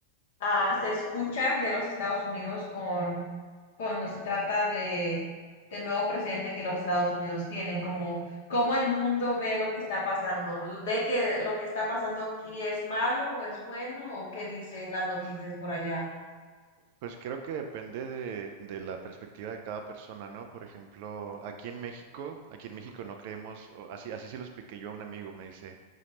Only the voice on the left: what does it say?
ah, se escucha de los Estados Unidos con cuando se trata de, de nuevo presidente que los Estados Unidos tienen, como cómo el mundo ve lo que está pasando, ve que lo que está pasando aquí es malo o es bueno o qué dicen las noticias por allá.